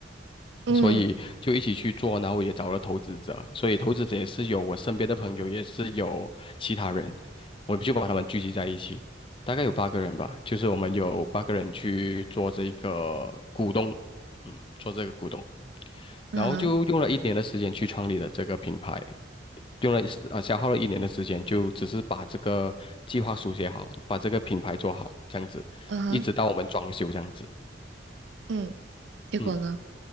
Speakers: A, on the right (about 70°); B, on the left (about 25°).
A: 嗯
B: 所以就一起去做，然后也找了投资者，所以投资者也是有我身边的朋友，也是有其他人，我们就把他们聚集在一起，大概有八个人吧，就是我们有八个人去做这个股东，嗯，做这个股东，
A: 嗯哼
B: 然后就用了一年的时间去创立了这个品牌，用了啊消耗了一年的时间，就只是把这个计划书写好，把这个品牌做好，这样子，
A: 嗯哼，
B: 一直到我们装修这样子。
A: 嗯结果呢？
B: 嗯。